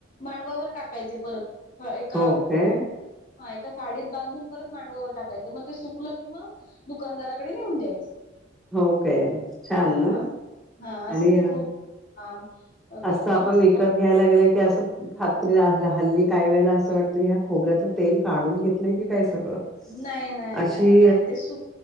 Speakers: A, on the left; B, in the centre.
A: मांडवावर टाकायचे परत ह एका
B: हो काय?
A: हा एका साडीत बांधून परत मांडवावर टाकायचं मग ते सुकलं कि मवा दुकानदाराकडे नेऊन द्यायचं
B: हो काय छान
A: हा
B: ना
A: हा असं
B: आणि
A: ते खूप काम
B: असं
A: कोकमांच
B: आपण विकत
A: काम
B: घ्यायला गेलंय की असं खात्रीला हल्ली काही वेळेला असं वाटतं ह्या खोबऱ्यात तेल काढून घेतलंय की काय सगळ
A: नाही नाही
B: अशी
A: नाही नाही ते सुक